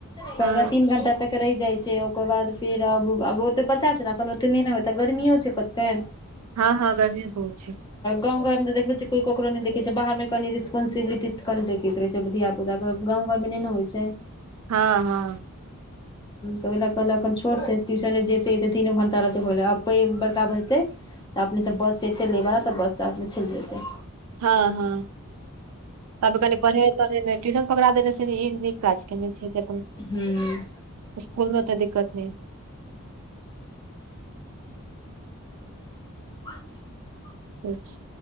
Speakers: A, on the left; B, on the right.
A: पल
B: हँ
A: तीन घंटा तक। रहि जाइ छै, ओकर बाद फेर अब आब ओतऽ पता छै, ने एखन ओते नहि ने हो तऽ गर्मियो छै, कते
B: हँ, हँ गर्मी बहुत छै।
A: गाम घरमे त देखब छियै कोई ककरो नहि देखे छै, बाहर मे कनी रिस्पोंसिबिलिटी। कल देखैत रहै छै, धियपुता गाव घरमे नहि ने होइ ह
B: हँ हँ
A: तऽ ओहि लए कहले एन छोट छै, ट्यूशने जेतै तीनो घंटा रहतै आब पैघ बड़का भजतै। तऽ अपनेसभस एतै लैवला तऽ बससँ आरमे चलि जेतै
B: हँ, हँ, तब कनि पढ़ेब तढ़े मे ट्यूशन पकड़ा देने से ई नीक काज। केने छै जे अपन
A: हूँ
B: स्कूल मेऽ दिक्कत नहि हेतै।
A: <unintelligible>
B: अच्छा।